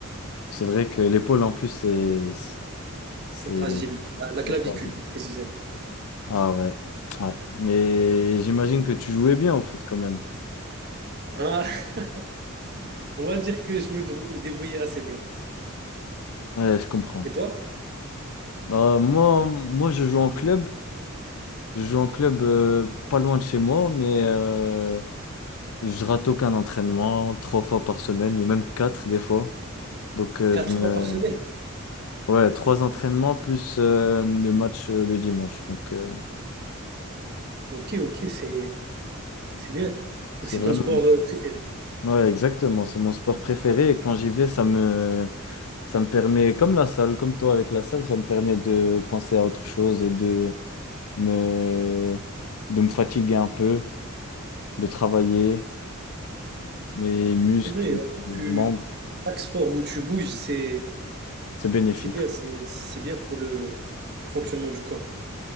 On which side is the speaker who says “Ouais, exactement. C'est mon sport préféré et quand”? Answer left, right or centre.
Left